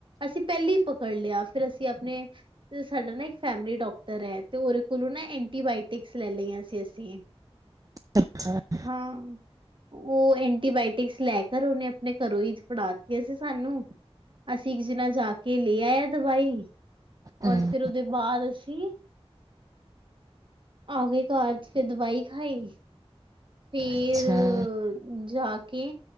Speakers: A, on the right; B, on the right.
A: ਅਸੀਂ ਪਹਿਲੇ ਈ ਪਕੜ ਲਿਆ ਫਿਰ ਅਸੀਂ ਆਪਣੇ ਤੇ ਸਾਡਾ ਨਾ ਇੱਕ ਫੈਮਿਲੀ ਡਾਕਟਰ ਐ ਤੇ ਉਹਦੇ ਕੋਲੋਂ ਨਾ ਐਂਟੀਬਾਇਓਟਿਕਸ ਲੈ ਲਈਆਂ ਸੀ ਅਸੀਂ।
B: ਅੱਛਾ। <unintelligible>
A: ਹਾਂ। ਉਹ ਐਂਟੀਬਾਇਓਟਿਕਸ ਲੈ ਕਰ ਉਹਨੇ ਆਪਣੇ ਘਰੋਂ ਈ ਜ ਫੜਾਤੀਆਂ ਸੀ ਸਾਨੂੰ। ਅਸੀਂ ਇੱਕ ਜਨਾ ਜਾਕੇ ਲੈ ਆਇਆ ਦਵਾਈ
B: ਹਮ,
A: ਔਰ ਫਿਰ ਉਹਦੇ ਬਾਅਦ ਅਸੀਂ ਆ ਗਏ ਘਰ 'ਚ ਫਿਰ ਦਵਾਈ ਖਾਈ। ਫਿਰ
B: ਅੱਛਾ
A: ਜਾ ਕੇ